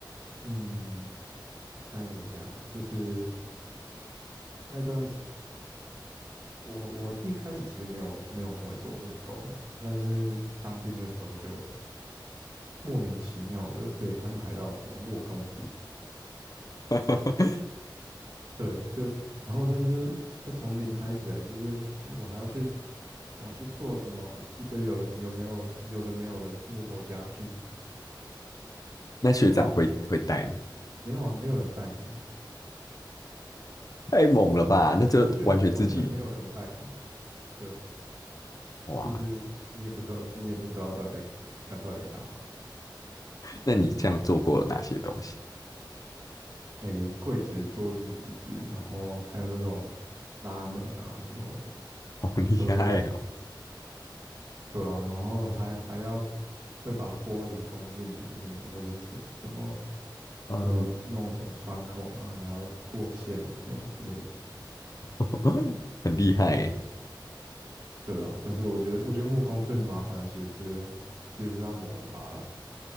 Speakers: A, on the right; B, on the left.
A: 嗯，该怎么讲，就是。那段时，我我一开始其实没有没有很会做木工啊，但是当兵的时候就莫名其妙的被安排到什么木工组，
B: <laughs>
A: 对，就然后真的就是要从零开始哎、就是我还要去我要去做什么一堆有的有没有有的没有的木头家具，
B: 那学长会会带吗？
A: 然后没有啊，没有人带你啊，
B: 太猛了吧！那就完全自己
A: 完全完全没有人带你，对，
B: 哇。
A: 就是你也不知道你也不知道到底在看到底在干嘛。
B: 那你这样做过哪些东西？
A: 诶，柜子、桌子、椅子，然后还有那种拉门啊，什么
B: <laughs> 好厉害哦，
A: 都有，对啊，然后还还要会把玻璃封进里面，或者是什么
B: 嗯，
A: 要弄什么穿孔啊，然后过线什么之类的，
B: <laughs> 很厉害欸
A: 对啊。但是我觉得，我觉得木工最麻烦的其实是其实是要磨它啦，